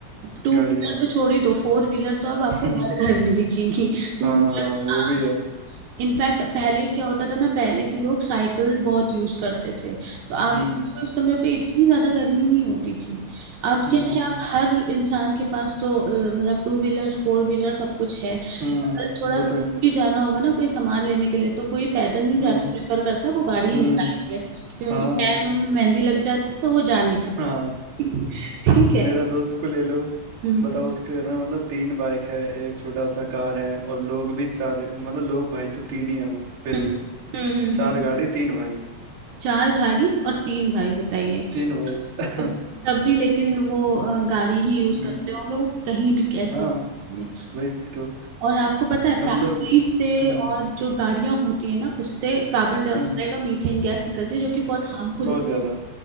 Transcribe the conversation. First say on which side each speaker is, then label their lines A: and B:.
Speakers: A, on the right; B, on the right.
A: टू
B: गाड़ियाँ
A: व्हीलर तो छोड़ ही दो फोर व्हीलर तो अब आपको
B: <laughs>
A: हर घर में दिखेंगी टू
B: हाँ
A: व्हीलर
B: वो भी है
A: इनफैक्ट पहले क्या होता था ना पहले के लोग साइकिल बहुत यूज करते थे तो आप
B: हम्म
A: देखते थे उस समय पे इतनी ज्यादा गर्मी नहीं होती थी अब
B: हम्म
A: क्या है आप हर इंसान के पास तो अ, मतलब टू व्हीलर फोर व्हीलर सब कुछ है
B: हम्म
A: अगर थोड़ा
B: वो
A: दूर
B: तो है
A: भी जाना होगा ना कोई सामान लेने के लिए तो कोई पैदल नहीं जाना
B: हम्म
A: प्रेफर करता वो गाड़ी ही
B: हम्म
A: निकालेंगे कि उनके
B: हाँ
A: पैर में मेहंदी लग जाती है तो वो जा नहीं सकती
B: हाँ
A: <laughs> ठीक है
B: मेरा दोस्त को ले लो
A: हम्म
B: बताओ उसके घर में मतलब तीन बाइक है एक छोटा सा कार है और लोग भी चार मतलब लोग भाई तो तीन ही है वो फिर
A: हम्म
B: भी
A: हम्म
B: चार
A: हम्म,
B: गाड़ी तीन भाई
A: चार गाड़ी और तीन भाई बताइए
B: तीन भाई <laughs>
A: तब तब भी लेकिन वो अ, गाड़ी ही यूज
B: हम्म
A: करते होंगे वो कहीं भी कैसे
B: हाँ
A: होंगे
B: वही तो
A: और आपको पता है फैक्ट्री
B: मतलब
A: से
B: हम्म
A: और जो गाड़ियां होती है ना उससे कार्बन डाइऑक्साइड
B: हम्म
A: और मीथेन गैस निकलती है जो कि बहुत हार्मफुल
B: बहुत ज्यादा